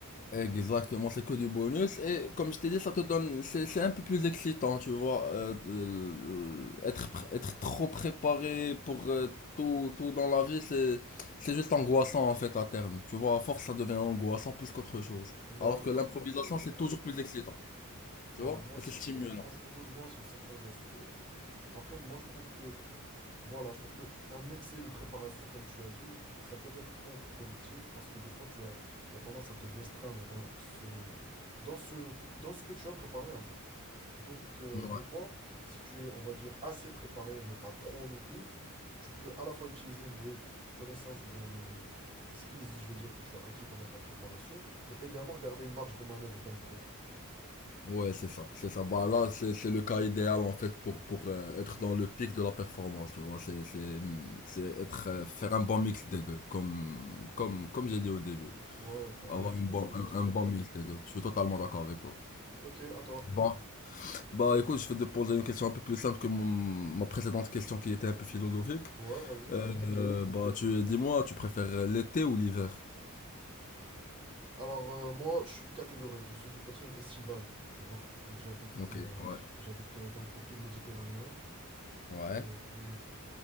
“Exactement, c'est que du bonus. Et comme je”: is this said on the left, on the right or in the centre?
Left